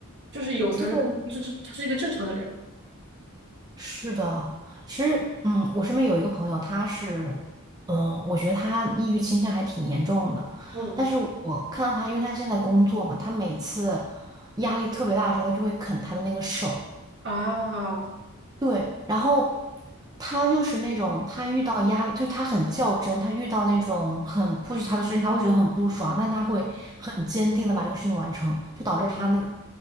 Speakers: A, on the right; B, on the right.
A: 就是有才能说明就是他是一个正常的人。
B: 对，是的，其实嗯，我身边有一个朋友，他是嗯，我觉得他抑郁倾向还挺严重的，
A: 嗯
B: 但是我看到他，因为他现在工作嘛，他每次压力特别大的时候，他就会啃他的那个手。
A: 啊，
B: 对，然后他又是那种，他遇到压力，就是他很较真，他遇到那种很 push 他的事情，他会觉得很不爽，但他会很坚定的把这个事情完成，就导致他那个
A: 我们